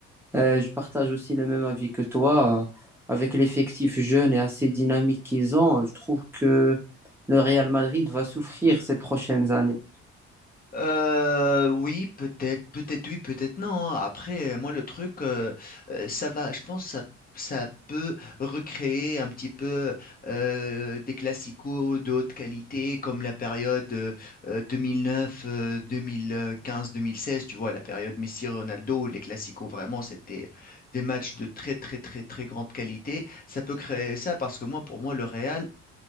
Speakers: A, in the centre; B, on the left.
A: Euh, je partage aussi le même avis que toi. Euh, Avec l'effectif jeune et assez dynamique qu'ils ont, je trouve que le Real Madrid va souffrir ces prochaines années.
B: Euh, oui, peut-être, peut-être oui, peut-être non. hein. Après, moi, le truc, euh, euh, ça va, je pense, ça, ça peut recréer un petit peu euh, des classicos de haute qualité, comme la période euh, euh, 2009, euh, 2015, 2016, tu vois, la période Messi-Ronaldo, où les classicos, vraiment, c'était des matchs de très, très, très, très grande qualité. Ça peut créer ça parce que moi, pour moi, le Real,